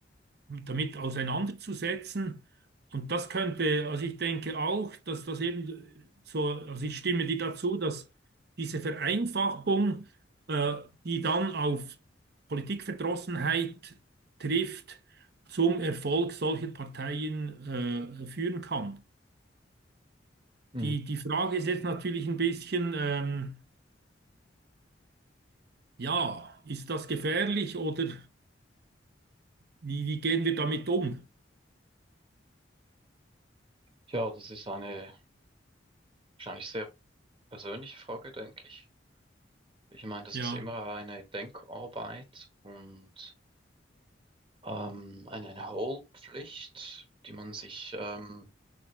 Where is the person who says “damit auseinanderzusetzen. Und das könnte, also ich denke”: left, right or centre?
Right